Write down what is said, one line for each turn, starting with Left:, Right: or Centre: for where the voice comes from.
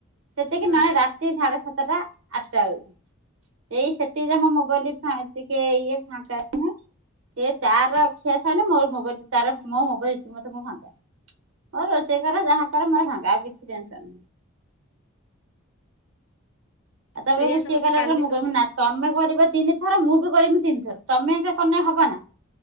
Right: ସେତିକି
Left: ହଁ
Right: ନାଇ ରା ତି ସାଢେ ସାତଟା ଆଠଟା ବେଳକୁ ଏଇ ସେତିକି ରେ ମୋ ଆଁ ଟିକେ ଇଏ ଫାଙ୍କା। ସିଏ ତାର ଖିଆ ସଇନେ ମୋର ମୋବାଇଲ ତାର ମୋ ମୋବାଇଲ ମତେ ମୁଁ ଫାଙ୍କା। ହଁ ରୋଷେଇ କରେ ଯାହା କରେ ମୋର ଫାଙ୍କା ଆଉ କିଛି ଟେନସନ ଆ ତା
Left: ସେଇଆ
Right: ବେଳକୁ <unintelligible>
Left: ସେ
Right: ଶି
Left: ମୋତେ
Right: ଏକା ଲାଗଲେ
Left: କାଲି
Right: ମୁଗ
Left: ସୋଉଠୁ
Right: ନା ତମେ କରିବ ତିନି ଥର ମୁଁ ବି କରିବି ତିନି ଥର ତମେ ଏକ କନେ ହବ ନା।